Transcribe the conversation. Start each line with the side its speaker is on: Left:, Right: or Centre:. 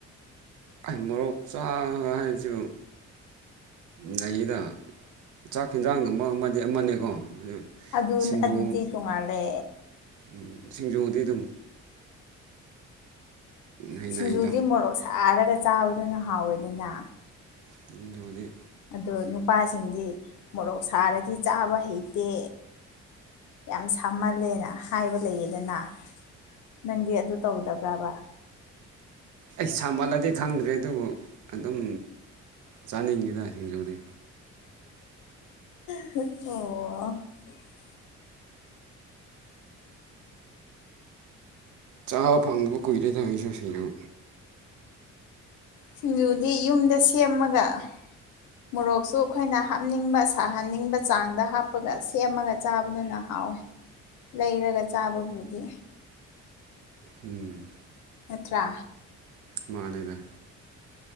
Right: ꯑꯩ ꯃꯣꯔꯣꯛ ꯆꯥꯕ ꯍꯥꯏꯕꯁꯤꯕꯨ ꯅꯩꯌꯦꯗ ꯆꯥꯛ ꯌꯦꯟꯖꯥꯡꯒꯨꯝꯕ ꯑꯃꯗꯤ ꯑꯃꯅꯦꯀꯣ ꯑꯗꯨ
Left: ꯑꯗꯨ
Right: ꯁꯤꯡꯖꯨ
Left: ꯑꯗꯨꯗꯤ ꯇꯣꯡꯉꯥꯜꯂꯦ
Right: ꯎꯝ ꯁꯤꯡꯖꯨꯗꯤ ꯑꯗꯨꯝ ꯍꯩꯅꯩꯗ
Left: ꯁꯤꯡꯖꯨꯗꯤ ꯃꯣꯔꯣꯛ ꯁꯥꯔꯒ ꯆꯥꯕꯗꯨꯅ ꯍꯥꯎꯋꯦꯗꯅ
Right: ꯁꯤꯡꯖꯨꯗꯤ
Left: ꯑꯗꯣ ꯅꯨꯄꯥꯁꯤꯡꯗꯤ ꯃꯣꯔꯣꯛ ꯁꯥꯔꯗꯤ ꯆꯥꯕ ꯍꯩꯇꯦ ꯌꯥꯝ ꯁꯥꯃꯜꯂꯦꯅ ꯍꯥꯏꯕ ꯂꯩꯌꯦꯗꯅ ꯅꯪꯗꯤ ꯑꯗꯨ ꯇꯧꯗꯕ꯭ꯔꯥꯕ
Right: ꯑꯩꯁ ꯁꯥꯃꯜꯂꯗꯤ ꯈꯪꯗ꯭ꯔꯦ ꯑꯗꯨꯕꯨ ꯑꯗꯨꯝ ꯆꯥꯅꯤꯡꯉꯤꯗ ꯁꯤꯡꯖꯨꯗꯤ
Left: ꯍꯝ ꯑꯣ
Right: ꯆꯥꯕ ꯐꯪꯗꯕ ꯀꯨꯏꯔꯦꯅꯦ ꯑꯩꯁꯨ ꯁꯤꯡꯖꯨ
Left: ꯁꯤꯡꯖꯨꯗꯤ ꯌꯨꯝꯗ ꯁꯦꯝꯃꯒ ꯃꯣꯔꯣꯛꯁꯨ ꯑꯩꯈꯣꯏꯅ ꯍꯥꯞꯅꯤꯡꯕ ꯁꯥꯍꯟꯅꯤꯡꯕ ꯆꯥꯡꯗ ꯍꯥꯞꯄꯒ ꯁꯦꯝꯃꯒ ꯆꯥꯕꯗꯨꯅ ꯍꯥꯎ ꯍꯥꯎꯋꯦ ꯂꯩꯔꯒ ꯆꯥꯕꯕꯨꯗꯤ
Right: ꯎꯝ
Left: ꯅꯠꯇ꯭ꯔꯥ
Right: ꯃꯥꯅꯦꯗ